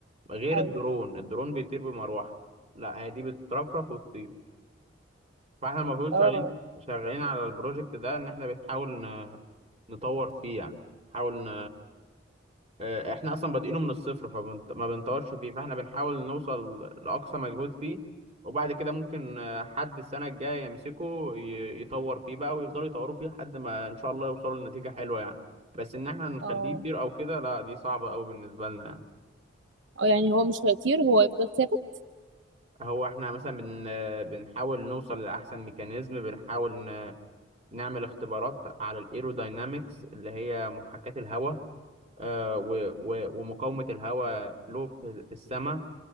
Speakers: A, on the right; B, on the right.
A: غير
B: ايوه
A: الدرون الدرون بيطير بمروحه لا هي دي بتترفرف وتطير فاحنا المفروض
B: اه
A: شغالين شغالين على البروجكت ده ان احنا بنحاول ن- نطور فيه يعني نحاول آه، احنا اصلا بادئينه من الصفر فما بنطورش فيه فاحنا بنحاول نوصل لاقصى مجهود فيه وبعد كده ممكن آه، حد السنه الجايه يمسكه ي- يطور فيه بقى ويفضلوا يطوروا فيه لحد ما ان شاء الله يوصلوا لنتيجه حلوه يعني بس ان احنا نخليه
B: اه
A: يطير او كده لا دي صعبه قوي بالنسبه لنا يعني
B: اه يعني هو مش هيطير هو يفضل ثابت
A: هو احنا مثلا بن آه، بنحاول نوصل لاحسن ميكانيزم بنحاول ن- نعمل اختبارات على الايروداينامكس اللي هي محاكاه الهواء آه، و- و- ومقاومه الهواء له في في السماء